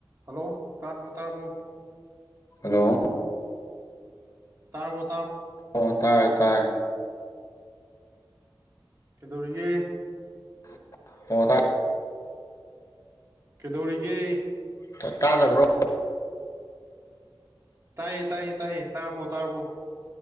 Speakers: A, on the right; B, on the left.
A: ꯍꯜꯂꯣ! ꯇꯥꯕꯔꯣ ꯇꯥꯔꯕꯣ?
B: ꯍꯜꯂꯣ!
A: ꯇꯔꯕꯣ?
B: ꯑꯣ ꯇꯥꯏ꯫ ꯇꯥꯔꯦ꯫
A: ꯀꯩꯗꯧꯔꯤꯒꯦ?
B: <unintelligible>
A: ꯀꯩꯗꯧꯔꯤꯒꯦ?
B: ꯇ ꯇꯥꯗꯕ꯭ꯔꯣ?
A: ꯇꯥꯏꯌꯦ ꯇꯥꯏꯌꯦ ꯇꯥꯏꯌꯦ ꯇꯥꯔꯕꯣ ꯇꯥꯔꯕꯣ?